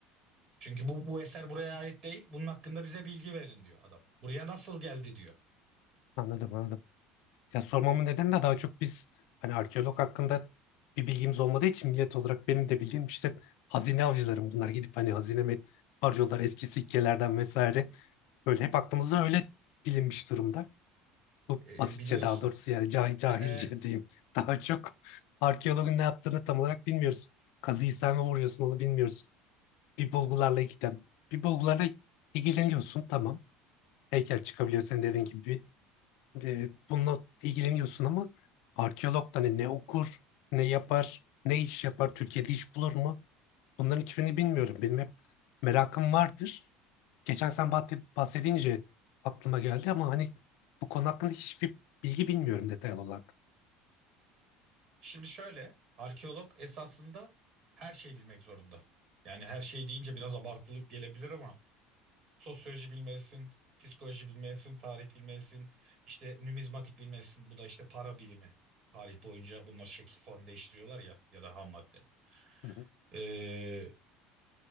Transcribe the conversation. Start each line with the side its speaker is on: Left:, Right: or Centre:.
Right: Çünkü bu, bu eser buraya ait değil. Bunun hakkında bize bilgi verin diyor adam. Buraya nasıl geldi diyor.
Left: Anladım anladım. Ya sormamın nedeni de daha çok biz hani arkeolog hakkında bir bilgimiz olmadığı için millet olarak benim de bildiğim işte hazine avcılarım bunlar gidip hani hazine mi arıyorlar eski sikkelerden vesaire. Böyle hep aklımızda öyle bilinmiş durumda. Bu
Right: E,
Left: basitçe
Right: e, biliyorsun.
Left: daha doğrusu yani cahil cahilce
Right: E, e,
Left: diyeyim. <laughs> Daha çok arkeologun ne yaptığını tam olarak bilmiyoruz. Kazıyı sen mi vuruyorsun onu bilmiyoruz. Bir bulgularla ilgilen. Bir bulgularla ilgileniyorsun tamam. Heykel çıkabiliyor senin dediğin gibi e, bununla ilgileniyorsun ama arkeolog da hani ne okur, ne yapar, ne iş yapar, Türkiye'de iş bulur mu? Bunların hiçbirini bilmiyorum. Benim hep merakım vardır. Geçen sen bahse- bahsedince aklıma geldi ama hani bu konu hakkında hiçbir bilgi bilmiyorum detaylı olarak.
Right: Şimdi şöyle arkeolog esasında her şeyi bilmek zorunda. Yani her şey deyince biraz abartılık gelebilir ama sosyoloji bilmelisin, psikoloji bilmelisin, tarih bilmelisin, işte numizmatik bilmelisin. Bu da işte para bilimi. Tarih boyunca bunlar şekil form değiştiriyorlar ya ya da ham madde.
Left: Hı hı,
Right: E,